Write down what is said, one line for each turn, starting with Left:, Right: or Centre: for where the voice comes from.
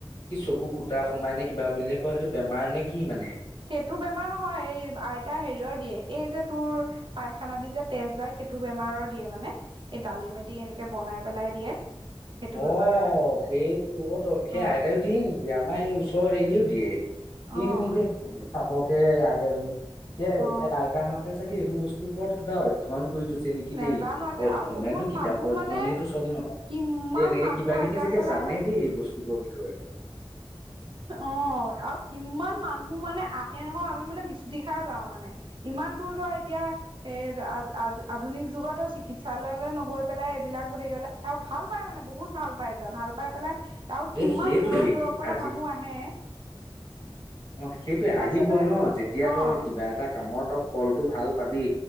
Left: কি চকু কুটা সোমাই নে কিবা বুলিযে- অঁ সেইটো বেমাৰ নে কি মানে?
Right: সেইটো বেমাৰ নহয় এই আইতা হেৰিয়ৰ দিয়ে এই যে তোৰ- পায়খানা দি যে তেজ যায় সেইটো বেমাৰৰ দিয়ে মানে। এই দালিমে দি এনেকে বনাই পেলাই দিয়ে। সেইটো
Left: অঊ
Right: বেমাৰৰ
Left: সেইটো অঁ ত সেই
Right: অ
Left: আইতাইও দিয়ে নেকি আমাৰ এই ওচৰৰ হেৰিয়েও দিয়ে।
Right: অ
Left: এইজনীজে
Right: সেইটো দিয়ে
Left: চাপকে আইতাজনী সেই
Right: অ
Left: আইতা হ'তে- তাকে এইবোৰ বস্তুৰ ওপৰত কিবা হয়ঁ। ধন কৰি থৈছে নেকি
Right: নেজানো
Left: এই পদ
Right: আৰু
Left: ধনটো
Right: বহুত
Left: কিতাপৰ
Right: মানুহ মানে
Left: ধৰণেই টো চব নহয়।
Right: কিমান
Left: এ এনেকে
Right: মানুহ
Left: কিবা কিবি
Right: আইতা
Left: চাগে
Right: ওচৰলে
Left: জানে
Right: আহে
Left: দেই এই বস্তুবোৰৰ বিষয়ে।
Right: অঁ আৰু কিমান মানুহ মানে আহে নহয় আমি মানে বিচুতি খাই যাও মানে। ইমান দূৰ ধৰ এতিয়া এ আধুনিক যুগত ধৰ চিকিৎসা- চাৰলৈ নগৈ পেলাই এইবিলাক হেৰি হললে আৰু ভাল পাই মানে বহুত ভাল পাই যায় ভাল পাই পেলাই- আৰু কিমান
Left: এই সেইটোৱেই
Right: দূৰৰ দূৰৰ পৰা
Left: আজি
Right: মানুহ আহে।
Left: অঁ সেইটোয়ে
Right: তাৰপিছতে
Left: আহিবই ন যেতিয়া
Right: অ'
Left: তই কিবা এটা কামত তই ফলটো ভাল পাবি।